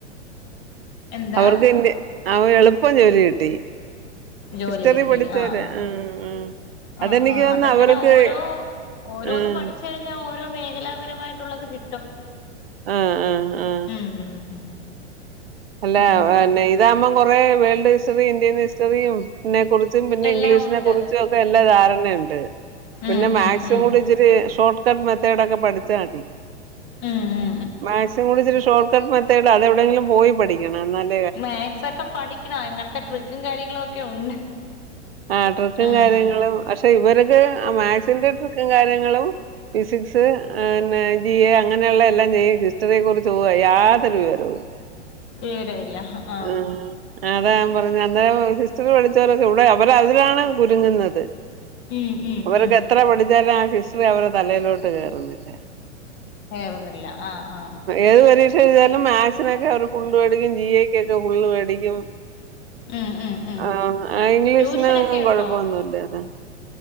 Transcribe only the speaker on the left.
എന്താ
ജോലി
കിട്ടി
ആഹ് ആഹ്
ആ
ആ
അതങ്ങനെ
ഓരോ ഓരോന്ന്
പഠിച്ച് ഓരോ മേഖലാപരമായിട്ടുള്ളത് കിട്ടും
ഉം ഉം
ഉം
എല്ലാം
ഉണ്ട്
ഉം
ഉം
ഉം
ആഹ്
മാക് സൊ ക്കെ പഠിക്കണം ഇങ്ങനത്തെ ട്രിക്കും കാര്യങ്ങളെ ക്കെ ഉണ്ട്
ഉം
വിവരമില്ല ആഹ്
ഉം ഉം
ഉം
കേറുന്നില്ല ആഹ് ആ
ഉം ഉം ഉം
ട്യൂഷനൊക്കെ
ഉണ്ടോ